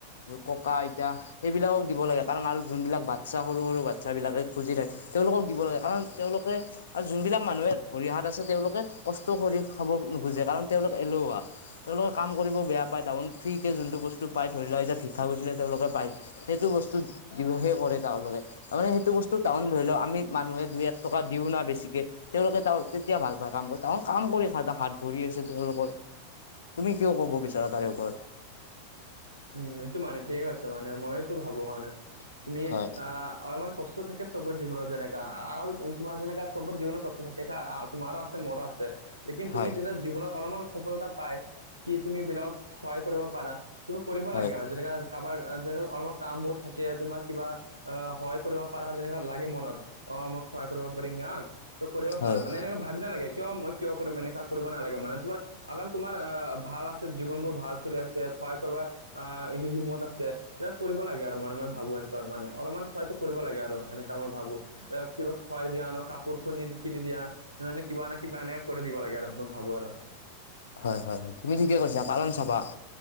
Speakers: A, on the left; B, on the right.
A: ককা আইতা সেইবিলাকক দিব লাগে কাৰণ আৰু যোনবিলাক বাচ্ছা সৰু সৰু বাচ্ছাব বিলাকে খুজি থাকে তেওঁলোকক দিব লাগে কাৰণ তেওঁলোকে। আৰু যোনবিলাক মানুহে ভৰি হাত আছে তেওঁলোকে কষ্ট কৰি খাব নোখোজে কাৰণ তেওঁলোক এলেহুৱা। তেওঁলোকে কাম কৰিব বেয়া পায়। তাৰ মানে ফ্ৰীতে যোনটো বস্তু পায় ধৰি লোৱা তিয়া ভিক্ষা খুজিলে তেওঁলোকে পায় সেইটো বস্তু দিৱসে কৰে তাৰমানে তাৰমানে সেইটো বস্তু তাউন ধৰি লওক। আমি মানুহে দুই এক টকা দিও না বেছিকে। তেওঁলোকে ত তেতিয়া ভাল পায় কাম কৰি তহত কাম কৰি খা হাত ভৰি আছে তেওঁলোকৰ। তুমি কিয় ক'ব বিচাৰা তাৰে ওপৰত।
B: উম এইটো মানে ঠিক আছে মানে মইতো ভাবো মানে তুমি
A: হয়
B: অলমান কষ্ট থাকে চবৰে জীৱনৰত যেনেকা আম তোমাৰ যেনেকা চবৰ জীৱনৰত কষ্ট থাকে কাৰ তোমাৰো আছে মোৰো আছে। লেকিন
A: হয়
B: তুমি যেতিয়া জীৱনত অলপমান সফলতা পাই কি তুমি বেলেগত সহায় কৰিব পাৰা। কৰিব
A: হয়
B: লাগে আমাৰ যেনেকা কাৰোবাৰ যেনেকুৱা অলপমান কামবোৰ থাকে তোমাক কিবা। অহ সহায় কৰিব পাৰা তেনেকুৱা লাগে মনত। অ' মই সহায় কৰিব পাৰিম ইয়াক কৰিব
A: হয়
B: পাৰা মানে এনেকে ভাল নালাগে কিয় মই কিয় কৰিম এনেকুৱা কৰিব নালাগে মানে তোমাৰ। আগৰ তোমাৰ আহ ভাল আছে জীৱন বোৰ ভাল চলি আছে সহায় কৰিব আহ হিম্মত আছে। এ কৰিব লাগে আৰু মানে মই ভাবো ইহঁতৰ মানে অলপমান সহায়টো কৰিব লাগে আৰু এনেকুৱা মই ভাবো। আহ কিবা খুৱাই দিয়া ন কাপোৰ ক কিনি দিয়া। মানে কিবা নে কিবা এনেকে কৰি দিব লাগে আৰু মই ভাবো আৰু।
A: হয় হয় হয় তুমি ঠিকেই কৈছা, পালন চাবা-